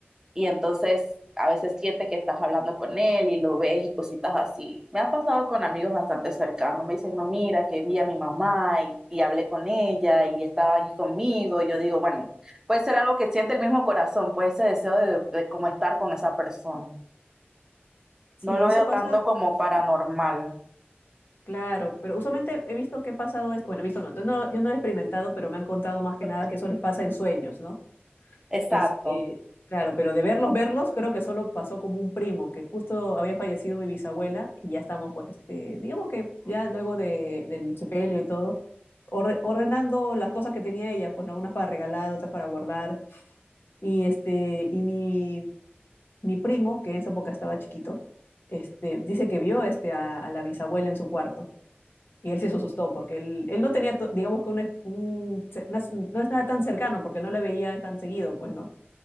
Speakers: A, on the right; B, on the left.
A: y entonces a veces siente que estás hablando con él y lo ves y cositas así. Me ha pasado con amigos bastante cercanos, me dicen, no, mira, que vi a mi mamá y, y hablé con ella y estaba ahí conmigo. Y yo digo, bueno, puede ser algo que siente el mismo corazón, puede ese deseo de, de como estar con esa persona.
B: Sí,
A: No lo
B: eso
A: veo
B: pasa,
A: tanto como paranormal.
B: sí, claro, pero usualmente he visto que ha pasado, es- bueno, he visto, no, entonces no, yo no lo he experimentado, pero me han contado más que
A: Ok.
B: nada que eso les pasa en sueños, ¿no?
A: Exacto,
B: Este, claro, pero de verlos, verlos, creo que solo pasó como un primo, que justo había fallecido mi bisabuela y ya estamos, pues, este, digamos que ya luego de, del sepelio y todo, orde- ordenando las cosas que tenía ella, pues, ¿no? Unas para regalar, otras para guardar. Y, este, y mi, mi primo, que en esa época estaba chiquito, este, dice que vio este, a, a la bisabuela en su cuarto. Y él sí se asustó porque él, él no tenía, to- digamos que un, es- un- se- no es no es nada tan cercano porque no le veía tan seguido, pues, ¿no?